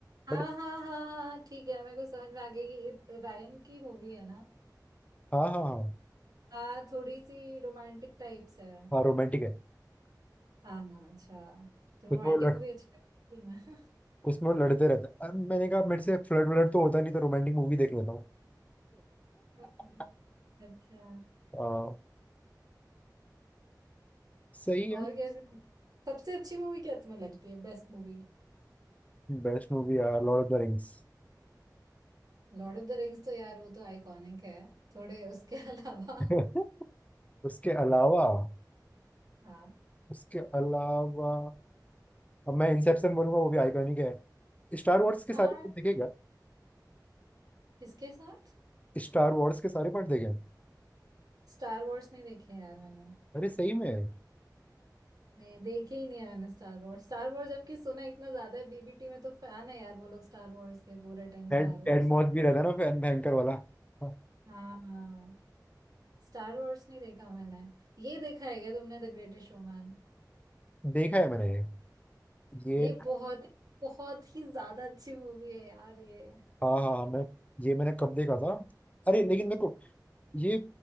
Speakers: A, on the right; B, on the left.
A: हाँ
B: बट
A: हाँ हाँ हाँ ठीक है मेरे को समझ में आ गई ये रायन की मूवी है ना
B: हाँ हाँ हाँ
A: हाँ थोड़ी सी रोमांटिक टाइप्स है
B: हाँ रोमांटिक है
A: हाँ अच्छा तो रोमांटिक
B: कुछ वो लड़
A: मूवी अच्छी लगती है
B: कुछ वो लड़ते रहते हैं। अब मैंने कहा मेरे से फ्लर्ट व्लर्ट तो होता नहीं तो रोमांटिक मूवी देख लेता हूँ
A: मैं <laughs>
B: <laughs>
A: अच्छा
B: हाँ, सही है
A: और कैसे सबसे अच्छी मूवी क्या तुम्हें लगती है best movie
B: बेस्ट मूवी यार लॉर्ड ऑफ द रिंग्स
A: Lord of the Rings तो यार वो तो आइकॉनिक है थोड़े उसके <laughs> अलावा
B: <laughs> उसके अलावा
A: हाँ
B: उसके अलावा अब मैं इंसेप्शन बोलूंगा वो भी आइकॉनिक है स्टार वॉर्स के
A: हाँ
B: सारे पार्ट देखेगा
A: किसके साथ
B: स्टार वॉर्स के सारे पार्ट देखे हैं।
A: स्टार वॉर्स नहीं देखे हैं यार मैंने
B: अरे सही में
A: नहीं देखे ही नहीं है मैंने स्टार वॉर्स स्टार वॉर्स जबकि सुना इतना ज्यादा है बीबीटी में तो फैन है यार वो लोग स्टार वॉर्स के पूरे टाइम
B: टेड
A: स्टार वॉर्स
B: टेड
A: स्टार
B: मॉस भी रहता है ना फैन भयंकर वाला हाँ,
A: हाँ हाँ स्टार वॉर्स नहीं देखा मैंने ये देखा है क्या तुमने द ग्रेटेस्ट शोमैन
B: देखा है मैंने ये ये
A: ये बहुत बहुत ही ज्यादा अच्छी मूवी है यार ये <laughs>
B: हाँ हाँ मैं ये मैंने कब देखा था अरे लेकिन मेरे को ये